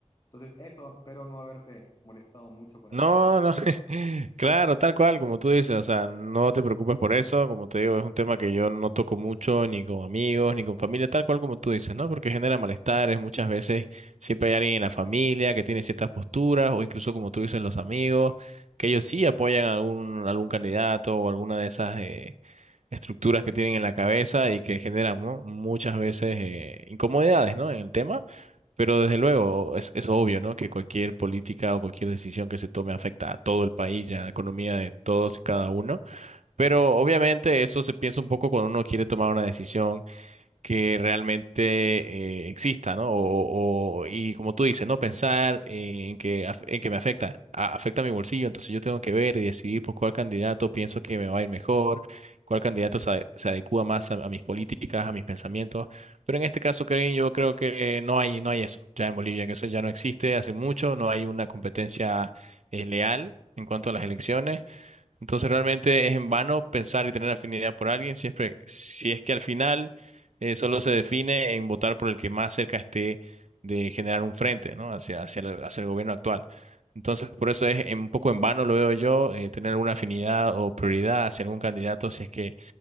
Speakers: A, on the left; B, on the right.
A: Entonces, eso, espero no haberte molestado mucho con
B: No,
A: este tema.
B: no, <laughs> claro, tal cual, como tú dices, o sea, no te preocupes por eso, como te digo, es un tema que yo no toco mucho, ni con amigos, ni con familia, tal cual como tú dices, ¿no? Porque genera malestares, muchas veces siempre hay alguien en la familia que tiene ciertas posturas, o incluso como tú dices, los amigos, que ellos sí apoyan a algún, algún candidato o alguna de esas eh, estructuras que tienen en la cabeza y que generan, ¿no? muchas veces eh, incomodidades, ¿no? En el tema. Pero desde luego es, es obvio, ¿no? Que cualquier política o cualquier decisión que se tome afecta a todo el país y a la economía de todos y cada uno. Pero obviamente eso se piensa un poco cuando uno quiere tomar una decisión que realmente eh, exista, ¿no? O, o- y como tú dices, ¿no? Pensar en que, af- en que me afecta, a- afecta a mi bolsillo, entonces yo tengo que ver y decidir por cuál candidato pienso que me va a ir mejor, cuál candidato se, ade- se adecúa más a, a mis políticas, a mis pensamientos, pero en este caso, Kevin, yo creo que no hay, no hay eso, ya en Bolivia, que eso ya no existe hace mucho, no hay una competencia eh, leal en cuanto a las elecciones. Entonces realmente es en vano pensar y tener afinidad por alguien siempre, si es que al final eh, solo se define en votar por el que más cerca esté de generar un frente, ¿no? Hacia, hacia el, hacia el gobierno actual. Entonces por eso es en- un poco en vano, lo veo yo, eh, tener alguna afinidad o prioridad hacia algún candidato, si es que